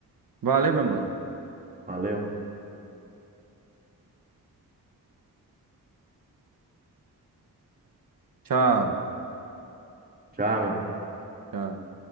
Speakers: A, on the right (about 60°); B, on the right (about 25°).
A: Valeu, meu mano.
B: Valeu.
A: Tchau.
B: Tchau, mano.
A: Tchau.